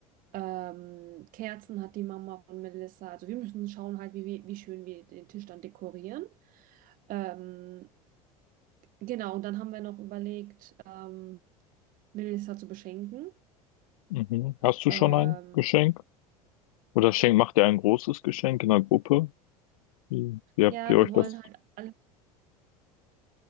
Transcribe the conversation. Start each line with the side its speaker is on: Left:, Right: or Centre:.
Right: Ähm, Kerzen hat die Mama von Melissa. Also wir müssen schauen halt, wie, wir- wie schön wir den Tisch dann dekorieren. Ähm, Genau, und dann haben wir noch überlegt, ähm, Melissa zu beschenken.
Left: Mhm. Hast du
Right: Ähm,
Left: schon ein Geschenk? Oder schenkt, macht ihr ein großes Geschenk in der Gruppe? Wie, wie habt
Right: ja,
Left: ihr euch
Right: wir wollen
Left: das?
Right: halt alle,